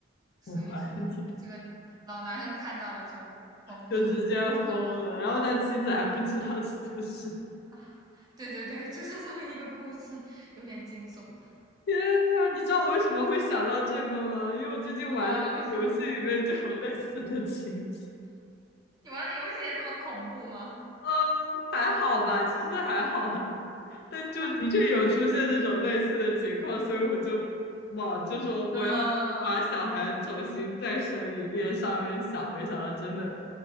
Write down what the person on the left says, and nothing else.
我怀疑的，
就直接疯了。
然后他妻子还不知道这件事。
天呐，你知道我为什么会想到这个吗？因为我最近玩的游戏里面就有类似的情节。
嗯，还好吧，其实还好啦，但就的确有出现这种类似的情况，
所以我就往就说我要
把小孩重新再生一遍上面想，没想到真的